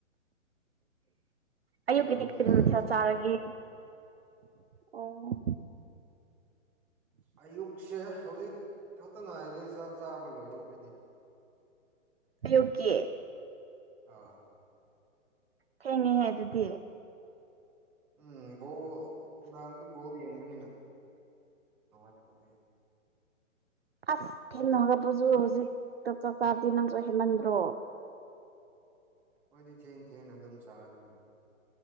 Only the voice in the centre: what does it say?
ꯑꯩꯒꯤ ꯔꯨꯝꯗꯣ
ꯌꯥꯝ ꯁꯥꯕ
ꯑꯌꯨꯛꯁꯦ ꯍꯧꯖꯤꯛ ꯈꯛꯇ ꯉꯥꯏꯔꯦ ꯆꯥꯛ ꯆꯥꯕ ꯂꯣꯏꯕ ꯑꯈꯣꯏꯗꯤ
ꯑꯥ
ꯎꯝ ꯕꯣꯜ ꯅꯨꯡꯗꯥꯡꯗꯨ ꯕꯣꯜ ꯌꯦꯡꯕꯅꯤꯅ <unintelligible>
ꯈꯣꯏꯗꯤ ꯊꯦꯡ ꯊꯦꯡꯅ ꯑꯗꯨꯝ ꯆꯥꯍꯟꯕꯅꯦ